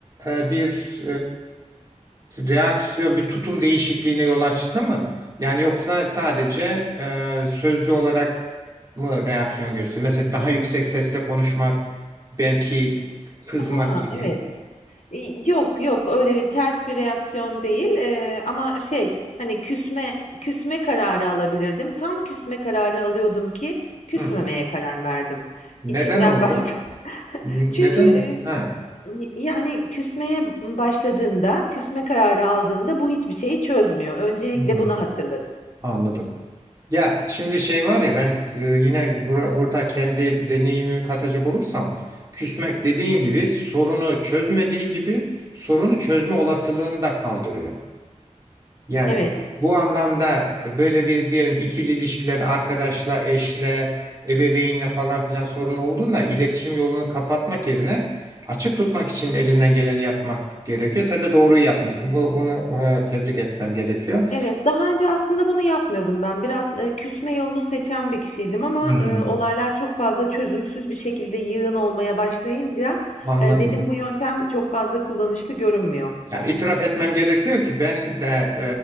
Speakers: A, on the right; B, on the left.
A: e, bir e, reaksiyon, bir tutum değişikliğine yol açtı mı? Yani yoksa sadece e, sözlü olarak mı reaksiyon gösteriyor? Mesela daha yüksek sesle konuşmak, belki kızmak
B: Ha,
A: gibi.
B: evet. İii, yok, yok, öyle bir ters bir reaksiyon değil, eee, ama şey, hani, küsme küsme kararı alabilirdim. Tam küsme kararı alıyordum ki küsmemeye
A: Hı.
B: karar verdim.
A: Neden
B: İçimden
A: oldu?
B: başka
A: Neden?
B: Çünkü, eee,
A: Ha.
B: yani küsmeye başladığında, küsme kararı aldığında bu hiçbir şeyi çözmüyor. Öncelikle
A: Hı,
B: bunu hatırladım.
A: anladım. Ya şimdi şey var ya ben e, yine bura- burada kendi deneyimi katacak olursam küsmek dediğin gibi sorunu çözmediği gibi sorunu çözme olasılığını da kaldırıyor. Yani
B: Evet,
A: bu anlamda e, böyle bir diyelim ki ikili ilişkilerin arkadaşla, eşle, ebeveynle falan filan sorun olduğunda iletişim yolunu kapatmak yerine açık tutmak için elinden geleni yapmak gerekiyor. Sen de doğruyu yapmışsın. Bu, bunu e, tebrik etmem gerekiyor.
B: evet. Daha önce aslında bunu yapmıyordum ben. Biraz, eee, küsme yolunu seçen bir kişiydim ama,
A: Hmm,
B: eee, olaylar çok fazla çözümsüz bir şekilde yığın olmaya başlayınca,
A: anladım.
B: eee, dedim bu yöntem çok fazla kullanışlı görünmüyor.
A: Yani itiraf etmem gerekiyor ki ben de